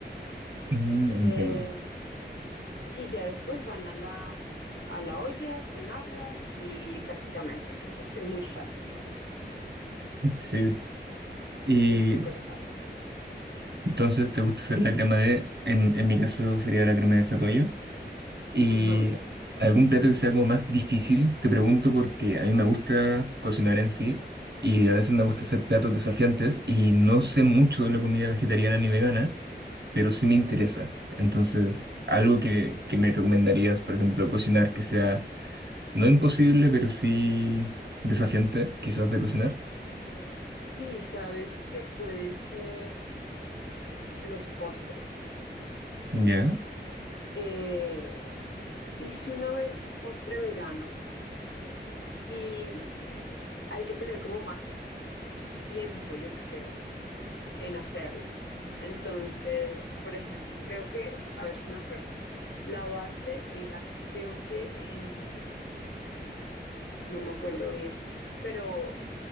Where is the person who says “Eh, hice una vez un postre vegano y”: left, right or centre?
Left